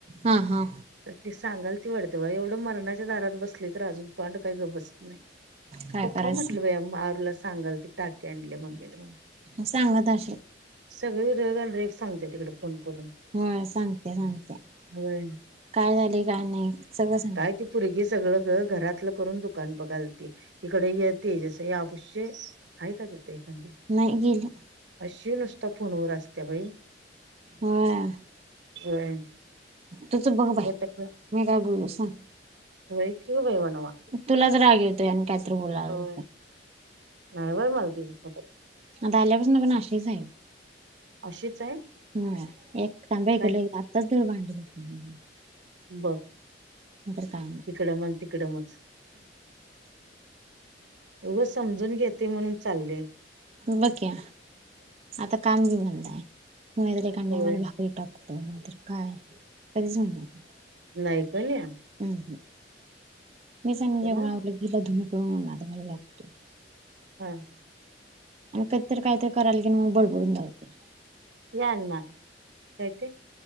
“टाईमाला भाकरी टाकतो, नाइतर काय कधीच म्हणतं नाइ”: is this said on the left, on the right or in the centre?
Right